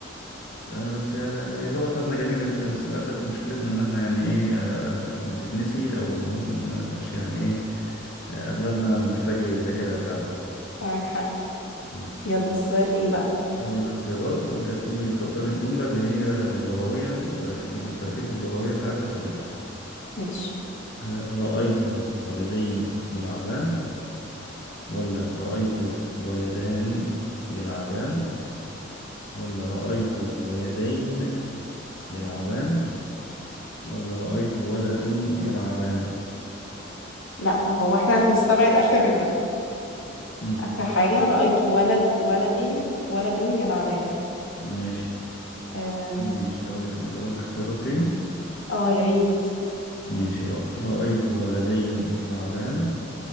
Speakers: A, on the left; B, on the left.
A: آه، بس آه، هي اللغة بتاعتنا جميلة جدا بس للأسف مشكلتنا إن إحنا يعني إيه آه، بتتنسي أو ممكن ما نبقاش يعني إيه آه، أغلبنا محتاج يذاكرها فعلا
B: معاك حق
A: مم.
B: يلا السؤال إيه بقى
A: هقول لك اختيارات وأنت تقول لي اختار الجملة اللي هي لغويا ترك... يعني تركيب اللغوية بتاعتها صحيحة
B: ماشي
A: آه، رأيت ولدين يلعبان ولا رأيت ولدان يلعبان ولا رأيت ولدين يلعبان ولا رأيت ولد يلعبان
B: لا هو احنا هنستبعد آخر
A: مم.
B: آخر حاجة رأيت ولد ولد ولد يلعبان
A: ماشي
B: آم،
A: ماشي أقول لك أقول لك اختيارات تاني
B: اه يا ريت
A: ماشي رأ- رأيت ولدين يلعبان